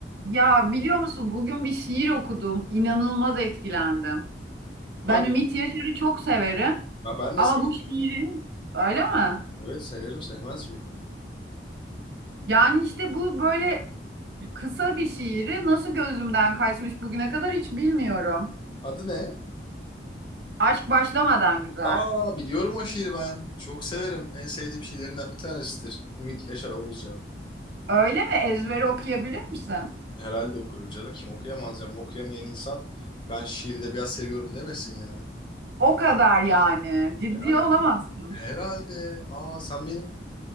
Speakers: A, on the right; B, on the left.
A: Ya biliyor musun bugün bir şiir okudum. İnanılmaz etkilendim.
B: Hadi.
A: Ben Ümit Yaşar'ı çok severim
B: Ya ben
A: ama
B: de severim.
A: bu şiiri öyle mi?
B: Evet severim sevmez miyim?
A: Yani işte bu böyle kısa bir şiiri nasıl gözümden kaçmış bugüne kadar hiç bilmiyorum.
B: Adı ne?
A: Aşk başlamadan güzel.
B: Aa biliyorum o şiiri ben. Çok severim. En sevdiğim şiirlerinden bir tanesidir. Ümit Yaşar Oğuzcan'ın.
A: Öyle mi? Ezbere okuyabilir misin?
B: Herhalde okurum canım. Kim okuyamaz canım. Okuyamayan insan ben şiiri de biraz seviyorum demesin yani.
A: O kadar yani. Ciddi
B: Herhalde.
A: olamazsın.
B: Herhalde. Aa sen benim